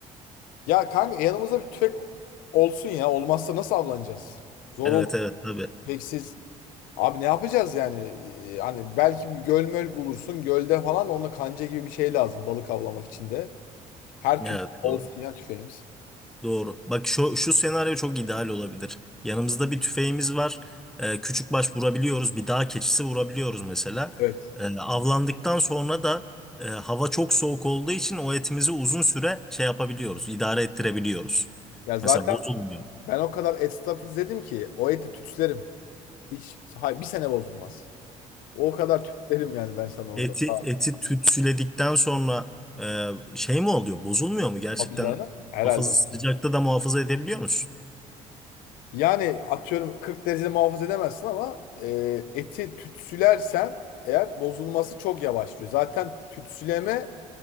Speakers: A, on the left; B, in the centre.
A: Ya kanka yanımızda bir tüfek olsun ya. Olmazsa nasıl avlanacağız? Zor
B: Evet
A: olur.
B: evet tabii.
A: Tüfeksiz Abi ne yapacağız yani? Ee, Hani belki bir göl möl bulursun. Gölde falan onunla kanca gibi bir şey lazım balık avlamak için de. Her türlü
B: Evet
A: olsun
B: doğru.
A: ya tüfeğimiz.
B: Doğru. Bak şu, şu senaryo çok ideal olabilir. Yanımızda bir tüfeğimiz var. Ee, küçük baş vurabiliyoruz. Bir dağ keçisi vurabiliyoruz mesela.
A: Evet.
B: Ee, avlandıktan sonra da e, hava çok soğuk olduğu için o etimizi uzun süre şey yapabiliyoruz. idare ettirebiliyoruz.
A: Ya zaten
B: Mesela bozulmuyor.
A: ben o kadar et stop dedim ki o eti tütslerim. Hiç hay bir sene bozulmaz. O kadar tütslerim yani ben sana orada.
B: Eti
A: Ha,
B: eti tütsüledikten sonra e, şey mi oluyor? Bozulmuyor mu? Gerçekten
A: Tabii canım. Herhalde
B: hafızı sıcakta
A: bozulmaz.
B: da muhafaza edebiliyor musun?
A: Yani atıyorum 40 derecede muhafaza edemezsin ama e, eti tütsülersen eğer bozulması çok yavaşlıyor. Zaten tütsüleme